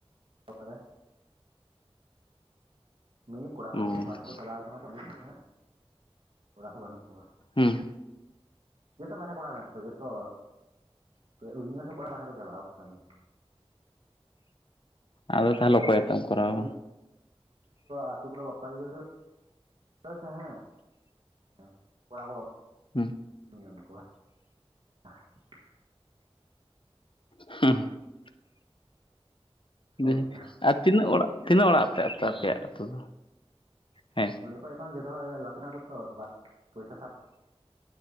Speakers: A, on the right (about 60°); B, on the left (about 55°).
A: ᱠᱟᱫᱟ᱾ ᱢᱮᱱ ᱫᱟᱹᱧ ᱠᱚᱲᱟ ᱠᱚ
B: ᱦᱩᱸ
A: ᱡᱚᱛᱚ ᱵᱟᱨᱦᱮ ᱠᱚ ᱪᱟᱞᱟᱣ ᱟᱠᱟᱱᱟ ᱠᱚ ᱦᱮᱸ ᱠᱚᱲᱟ ᱠᱚ ᱵᱟᱹᱱᱩᱜ ᱠᱚᱣᱟ᱾
B: ᱦᱩᱸ
A: ᱡᱚᱛᱚ ᱵᱟᱨᱦᱮ ᱠᱚᱲᱟ ᱢᱮᱱᱟᱜ ᱠᱚᱣᱟ ᱡᱚᱛᱚ ᱚᱫᱷᱤᱠᱟᱝᱥᱚ ᱠᱚᱲᱟ ᱵᱟᱨᱦᱮ ᱠᱚ ᱪᱟᱞᱟᱜᱼᱟ ᱠᱟᱹᱢᱤ᱾
B: ᱟᱫᱚ ᱛᱟᱦᱞᱮ ᱚᱠᱚᱭ ᱟᱛᱮᱢ ᱠᱚᱨᱟᱣᱟ
A: <unintelligible> ᱟᱛᱳ ᱠᱚ ᱨᱮ ᱵᱟᱯᱞᱟ ᱡᱩᱫᱤ ᱦᱩᱭᱩᱜᱼᱟ <unintelligible> ᱠᱚᱲᱟ ᱠᱚ‌
B: ᱦᱮᱸ
A: <unintelligible> ᱧᱟᱢ ᱠᱚᱣᱟ <unintelligible>
B: <unintelligible> ᱡᱟᱭ
A: ᱥᱚᱢᱚᱥᱥᱟ
B: ᱦᱳᱠ ᱛᱤᱱᱟᱹᱜ ᱚᱲᱟᱜ ᱛᱤᱱᱟᱹᱜ ᱚᱲᱟᱜ ᱟᱯᱮ ᱟᱛᱳ
A: ᱥᱮᱥ
B: ᱟᱯᱮᱭᱟᱜ
A: ᱦᱩᱭᱱᱟ
B: ᱟᱛᱳ ᱫᱚ ᱦᱮᱸ
A: ᱚᱠᱚᱭ ᱠᱷᱚᱱ ᱡᱚᱛᱚ ᱛᱚ <unintelligible> ᱯᱚᱭᱥᱟ ᱥᱟᱵ